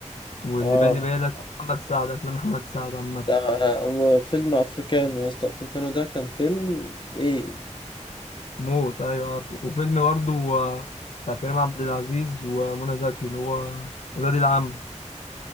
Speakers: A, on the left (about 65°); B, on the left (about 40°).
A: واللي
B: اه
A: بالي بالك محمد سعد افلام محمد سعد عامة
B: ده هو فيلم أفريكانو يا اسطى أفريكانو ده كان فيلم إيه
A: موت ايوه عارفه وفيلم برضو آه، بتاع كريم عبد العزيز ومنى زكي اللي هو ولاد العم